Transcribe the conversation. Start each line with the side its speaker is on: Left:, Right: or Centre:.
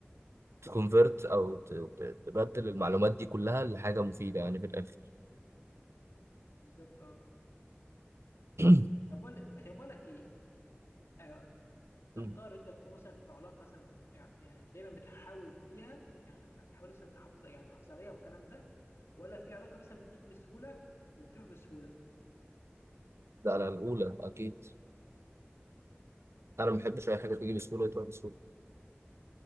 Right: تكونفرت او ت- ت- تبدل المعلومات دي كلها لحاجه مفيده يعني في الاخر
Left: بالظبط اه
Right: <clears throat>
Left: طب بقول طب بقول لك ايه آه، تختار
Right: مم.
Left: انت تكون مثلا في علاقه مثلا يعني دايما بتحاول فيها يعني بتحاول مثلا تحافظ يعني تحافظ عليها والكلام ده ولا في علاقه مثلا بتيجي بسهوله وبتروح بسهوله
Right: ده على الاولى اكيد انا ما بحبش اي حاجه تيجي بسهوله وتروح بسهوله